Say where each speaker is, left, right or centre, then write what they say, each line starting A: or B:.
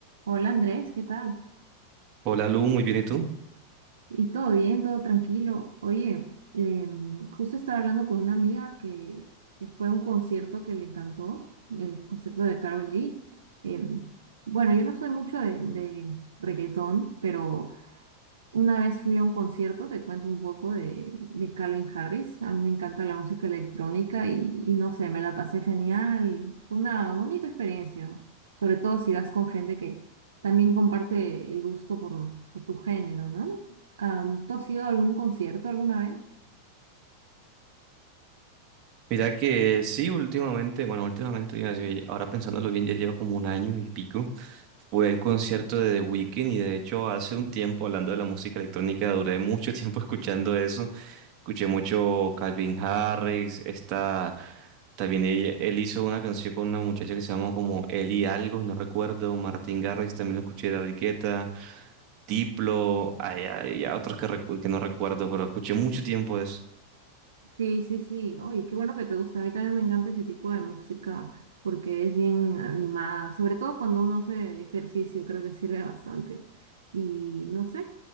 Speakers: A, on the right; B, on the right.
A: Hola Andrés, ¿qué tal?
B: Hola Lu, muy bien, ¿y tú?
A: ¿Y todo bien, todo tranquilo? Oye, em, justo estaba hablando con una amiga que, que fue a un concierto que le encantó, el concierto de Karol G. Em, bueno, yo no soy mucho de, de reggaetón, pero Una vez fui a un concierto, te cuento un poco de, de Calvin Harris. A mí me encanta la música electrónica y, y no sé, me la pasé genial. Fue una bonita experiencia, sobre todo si vas con gente que también comparte el gusto por, por tu género, ¿no? Am, ¿tú has ido a algún concierto alguna vez?
B: Mira que sí, últimamente, bueno, últimamente, iba a decir, ahora pensándolo bien, ya lleva como un año y pico, fue el concierto de The Weeknd y de hecho hace un tiempo, hablando de la música electrónica, duré mucho tiempo <laughs> escuchando eso, escuché mucho Calvin Harris, esta, también ella- él hizo una canción con una muchacha que se llama como Eli Algo, no recuerdo, Martin Garrix, también lo escuché, David Guetta, Diplo, hay, hay- hay otros que, recu- que no recuerdo, pero escuché mucho tiempo eso.
A: Sí, sí, sí. Oye, qué bueno que te gusta. A mí también me encanta ese tipo de música porque es bien animada. Sobre todo cuando uno hace ejercicio, creo que sirve bastante. Y no sé,